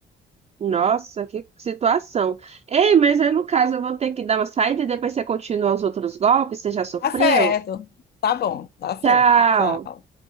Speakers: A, on the right (about 30°); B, on the left (about 55°).
A: Nossa, que situação. Ei, mas aí no caso eu vou ter que dar uma saída e depois você continua os outros golpes, você já sofreu?
B: Tá certo, tá bom, tá
A: Tchau.
B: certo. Tchau.